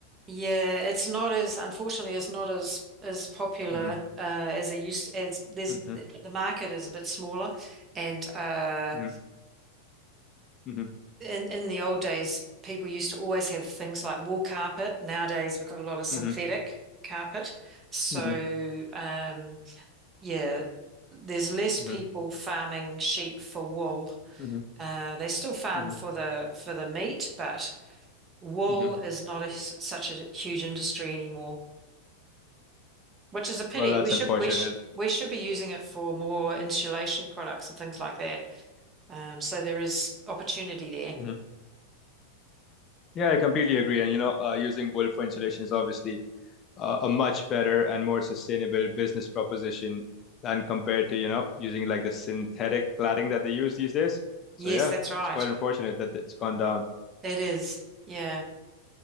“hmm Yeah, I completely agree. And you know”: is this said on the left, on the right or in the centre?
Left